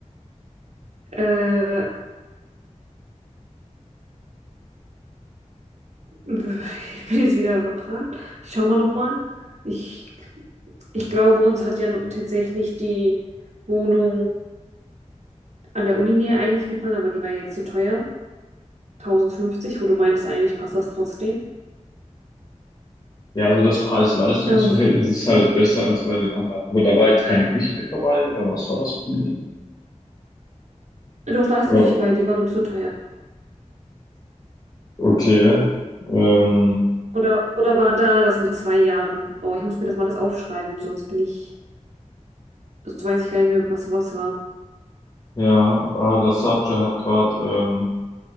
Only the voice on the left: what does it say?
Ja, also das Preis-Leistungs-Verhältnis
ist halt besser als bei den anderen. Aber da war jetzt keine Küche mit dabei, oder was war das Problem?
Oder,
okay. Ähm,
Ja, Al-Dassaja hat gerade ähm,